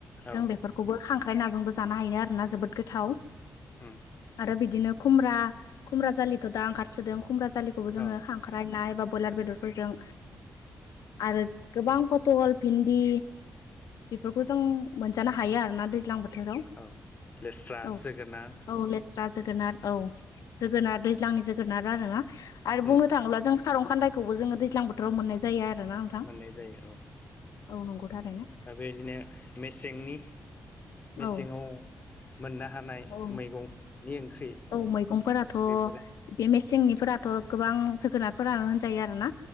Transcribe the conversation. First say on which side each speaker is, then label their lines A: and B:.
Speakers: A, on the left; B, on the left.
A: जों
B: औ
A: बेफोर खौबो खांख्राय नाजोंबो जानो हायोनो आरोना जोबोद गोथाव।
B: उम
A: आरो बिदिनो खुमब्रा खुमब्रा जालिथ' दा ओंखारसोदों खुमब्रा जालिखौबो जोङो
B: औ
A: हां ख्रायनाय बा ब्रयलार बेदरफोरजों आरो गोबां फट'ल भिन्दि बेफोरखौ जों मोनजानो हायो आरोना दैज्लां बो थोराव
B: औ लेस्रा
A: औ
B: जोगोनार
A: औ लेस्रा जोगोनाद औ जोगोनाद दैज्लांनि जोगोनार आरोना आरो बुंनो
B: उम उम
A: थाङोब्ला जों खारं खान्दायखौबो जोङो दैज्लां बोथाव मोननाय जायो आरोना नोंथां
B: मोननाय जायो। औ
A: औ नंगौ थारैनो
B: दा बेबायदिनो मेसेंनि मेसेङाव
A: औ
B: मोननो हानाय
A: औ
B: मैगंनि ओंख्रि
A: औ मैगंफोराथ'
B: बेफोरो
A: बे मेसेंनिफोराथ' गोबां जोगोनारफोरानो होनजायो आरोना